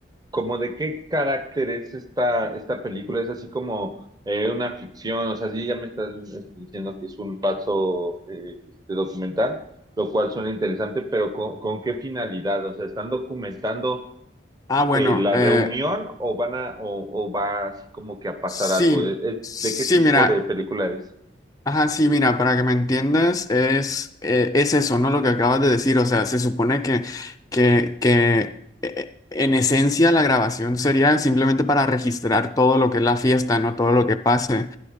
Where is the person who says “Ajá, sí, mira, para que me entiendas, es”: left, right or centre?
Left